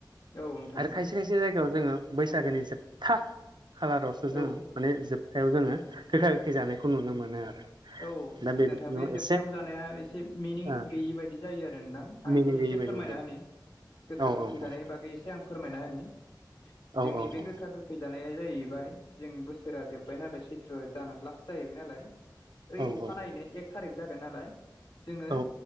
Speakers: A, on the left; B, on the right.
A: औ नोंथां
B: आरो खायसे खायसे खायसे जायगायाव जोङो बैसागोनि जोबथा खालारावसो जोङो
A: औ
B: माने जोबथायाव जोङो गोखा गोखै जानायखौ नुनो मोनो आरो।
A: औ
B: दा
A: नोंथां
B: बिथिङाव
A: बे जोबथायाव
B: एसे
A: जानाया एसे मिनिं
B: ओ
A: गैयि बायदि जायो आरो नोंथां आं
B: मिनिं
A: बेखौ
B: गैयि
A: एसे
B: बायदि
A: फोरमायना
B: जायो
A: होनो। गोखा
B: औ
A: गोखै
B: औ
A: जानायनि बागै एसे आं फोरमायना होनि
B: औ
A: जोंनि
B: औ
A: बे
B: औ
A: गोखा गोख फैजानाया जाहैबाय जों बोसोरा जोब्बाय नालाय सैथ्र' जाना लास्ट जाहैबाय नालाय ओइ
B: औ
A: अखानायैनो
B: औ
A: एक थारिख जागोन नालाय जोंङो
B: औ